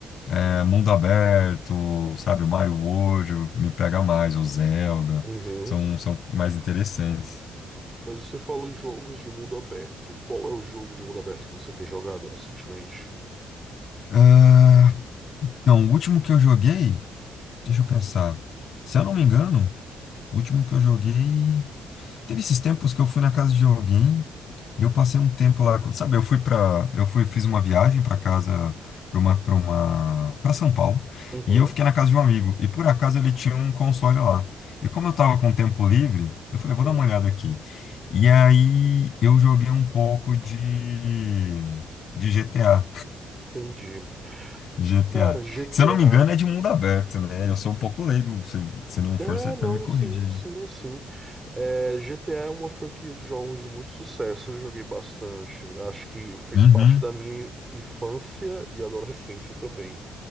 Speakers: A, on the left (about 60°); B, on the right (about 20°).
A: é, mundo aberto, sabe? O Mario World me pega mais, o Zelda,
B: Uhum.
A: são, são mais interessantes.
B: Mas você falou em jogos de mundo aberto. Qual é o jogo de mundo aberto que você tem jogado recentemente?
A: Ah, então, o último que eu joguei, deixa eu pensar, se eu não me engano. O último que eu joguei. Teve esses tempos que eu fui na casa de alguém e eu passei um tempo lá. Sabe, eu fui para, eu fui, fiz uma viagem para casa, para uma, para uma, para São Paulo
B: Uhum.
A: e eu fiquei na casa de um amigo e por acaso ele tinha um console lá. E como eu tava com tempo livre, eu falei, vou
B: Entendi.
A: dar uma olhada aqui. E aí eu joguei um pouco de de GTA,
B: Entendi.
A: GTA.
B: Cara, GTA.
A: <laughs> Se eu não me engano é de mundo aberto, né? Eu sou um pouco leigo. Se, se não
B: É,
A: for, você até
B: não,
A: me corrige
B: sim,
A: aí.
B: sim, é sim. É, GTA é uma franquia de jogos de muito sucesso, eu joguei bastante. Acho que fez
A: Uhum.
B: parte da minha infância e adolescência também.